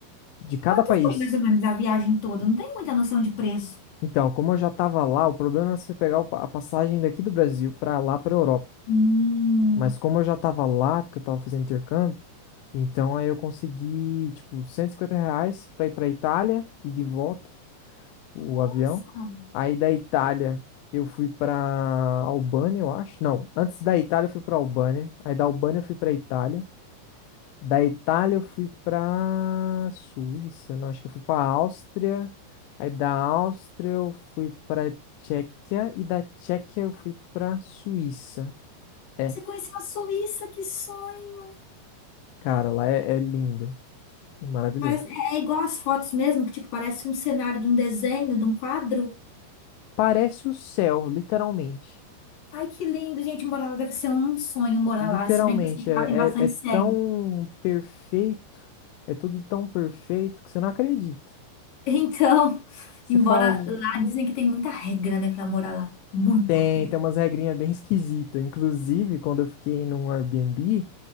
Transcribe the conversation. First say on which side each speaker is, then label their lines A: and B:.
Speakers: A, on the left; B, on the left.
A: de cada
B: Quanto
A: país.
B: foi mais ou menos a viagem toda? Não tem muita noção de preço.
A: Então, como eu já tava lá, o problema é você pegar o pa- a passagem daqui do Brasil pra lá pra Europa.
B: Hum,
A: Mas como eu já tava lá, porque eu tava fazendo intercâmbio, então aí eu consegui tipo 150 reais pra ir pra Itália e de volta. o
B: nossa.
A: avião. Aí da Itália eu fui pra Albânia, eu acho. Não, antes da Itália eu fui pra Albânia. Aí da Albânia eu fui pra Itália. Da Itália eu fui pra Suíça, não, acho que eu fui pra Áustria. Aí da Áustria eu fui pra Tchequia e da Tchequia eu fui pra Suíça. É,
B: Você conheceu a Suíça, que sonho!
A: cara, lá é, é lindo, maravilhoso.
B: Parece, é é igual as fotos mesmo, que tipo, parece um cenário de um desenho, de um quadro.
A: Parece o céu, literalmente.
B: Ai, que lindo, gente, morar lá deve ser um sonho morar
A: Literalmente,
B: lá, se bem que eu sei que
A: é,
B: lá tem bastante
A: é, é
B: cego.
A: tão perfeito, é tudo tão perfeito que você não acredita.
B: Então, <laughs>
A: Você
B: embora
A: fala, "Gi-
B: lá
A: hum,
B: dizem que tem muita regra, né, pra morar lá. Muita
A: tem,
B: regra.
A: tem umas regrinhas bem esquisitas. Inclusive, quando eu fiquei num Airbnb,